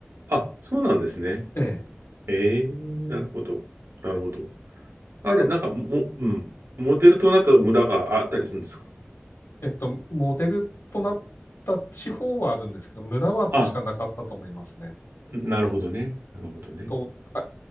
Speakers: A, on the right; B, on the left.
A: あ、あそうなんですね。
B: ええ
A: ええなるほど。なるほど。あれ、
B: ただ、
A: なんかも、うん。モデルとなった村があったりするんですか
B: えっと、モデルとなった地方はあるんですけど、村は確かなかったと思いますね。
A: あ、なるほどね。なるほどね。
B: と、あ、